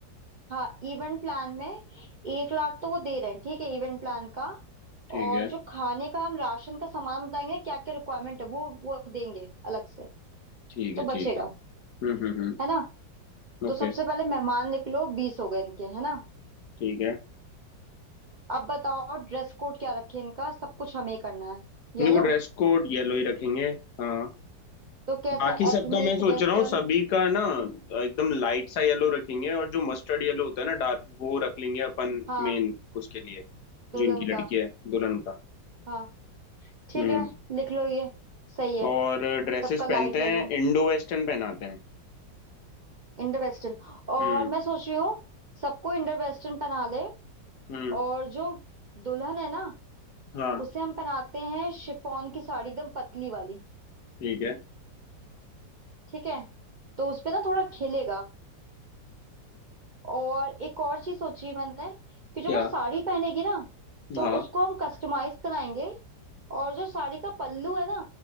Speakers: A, on the right; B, on the left.
A: हाँ इवेंट प्लान में एक लाख तो वो दे रहे हैं ठीक है इवेंट प्लान का
B: ठीक
A: और
B: है
A: जो खाने का हम राशन का सामान बताएंगे क्या क्या रिक्वायरमेंट है वो वो देंगे अलग से
B: ठीक
A: तो
B: है
A: बचेगा
B: ठीक है हम्म हम्म हम्म
A: है ना
B: ओके
A: तो सबसे पहले मेहमान लिख लो बीस हो गए इनके है ना
B: ठीक है
A: अब बताओ ड्रेस कोड क्या रखे इनका सब कुछ हमें ही करना है
B: देखो
A: येलो
B: ड्रेस कोड येलो ही रखेंगे हाँ
A: तो कैसा
B: बाकी सबका
A: एथनिक
B: मैं सोच
A: वेस्टर्न
B: रहा हूँ सभी का ना एकदम लाइट सा येलो रखेंगे और जो मस्टर्ड येलो होता है ना डार्क वो रख लेंगे अपन
A: हाँ
B: मेन उसके लिए
A: दुल्हन
B: जो इनकी लड़की
A: का
B: है दुल्हन का
A: हाँ ठीक
B: हम्म
A: है लिख लो ये सही है
B: और ड्रेसेस
A: सबका लाइट
B: पहनते
A: येलो
B: हैं इंडो वेस्टर्न पहनाते हैं
A: इंडो वेस्टर्न और
B: हम्म
A: मैं सोच रही हूँ सबको इंडो वेस्टर्न पहना ले
B: हम्म
A: और जो दुल्हन है ना
B: हाँ
A: उसे हम पहनाते हैं शिफॉन की साड़ी एकदम पतली वाली
B: ठीक है
A: ठीक है तो उसपे ना थोड़ा खिलेगा और एक और चीज सोची है मैंने कि जो
B: क्या
A: वो साड़ी पहनेगी ना तो
B: हाँ
A: उसको हम कस्टमाइज कराएंगे और जो साड़ी का पल्लू है ना